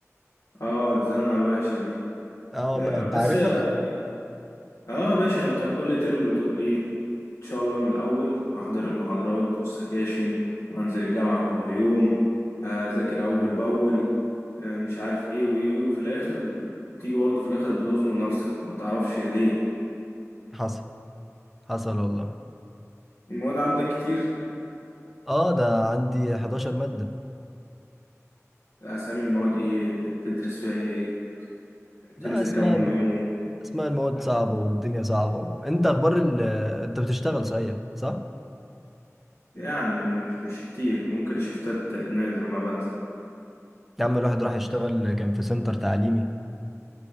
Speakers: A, on the left; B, in the centre.
A: اه الزنقة الوحشة دي
B: اه والله
A: آه بس
B: انت عارف
A: اه آه، يا باشا انت كل ترم بتقول ايه ان شاء الله من الأول هحضر المحاضرات والسكاشن وهنزل الجامعة كل يوم هذاكر أول بأول آه مش عارف ايه وايه وايه وفي الآخر بتيجي برضه في الآخر بتزنق نفسك ما تعرفش ليه
B: حصل حصل والله
A: المواد عندك كتير
B: اه ده عندي 11 مادة
A: أسامي المواد ايه بتدرس فيها ايه بتنزل
B: لا اسماء
A: كام يوم
B: اسماء المواد صعبة والدنيا صعبة وانت اخبار ال... انت بتشتغل صحيح صح؟
A: يعني مش كتير ممكن شفتات نادر ما بنزل
B: يا عم الواحد راح يشتغل كان في سنتر تعليمي